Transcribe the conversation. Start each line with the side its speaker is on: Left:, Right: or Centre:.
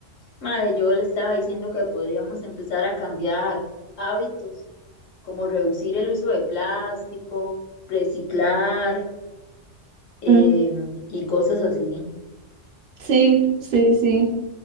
Left: Madre, yo le estaba diciendo que podríamos empezar a cambiar hábitos, como reducir el uso de plástico, reciclar eh,
Right: Mm,
Left: y cosas así.
Right: Sí, sí, sí.